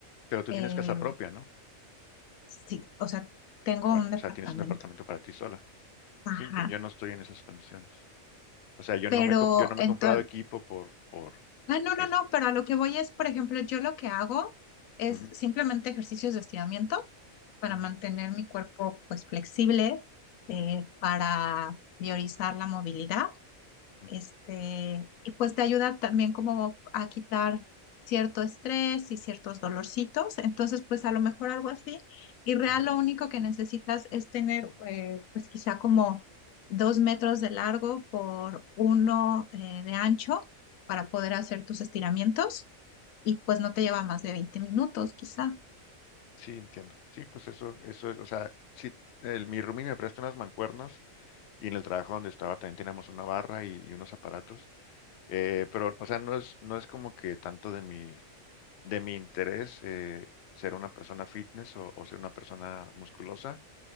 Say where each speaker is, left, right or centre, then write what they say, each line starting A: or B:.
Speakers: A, on the left; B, on the left.
A: Pero tú
B: eh,
A: tienes casa propia, ¿no?
B: sí, o sea, tengo
A: Bueno,
B: un
A: o
B: departamento.
A: sea, tienes un departamento para ti sola.
B: Ajá.
A: Sí, yo, yo no estoy en esas condiciones. O sea, yo
B: Pero
A: no me, com- yo no me
B: entonces,
A: he comprado equipo por, por,
B: ah,
A: porque
B: no, no,
A: es.
B: no, pero a lo que voy es, por ejemplo, yo lo que hago es
A: ujú,
B: simplemente ejercicios de estiramiento para
A: ujú,
B: mantener mi cuerpo pues flexible, eh,
A: ujú,
B: para priorizar la movilidad
A: ujú,
B: este, y pues te ayuda también como a quitar cierto estrés y ciertos dolorcitos. Entonces, pues a lo mejor algo así. Y real
A: ujú.
B: lo único que necesitas es tener, eh, pues quizá como dos metros de largo por uno, eh, de ancho para poder hacer tus estiramientos y pues no te lleva más de veinte minutos, quizá.
A: Sí, entiendo. Sí, pues eso, eso es, o sea, sí, el, mi roomie me presta unas mancuernas y en el trabajo donde estaba también teníamos una barra y, y unos aparatos. Eh, pero, o sea, no es, no es como que tanto de mi, de mi interés eh, ser una persona fitness o, o ser una persona musculosa.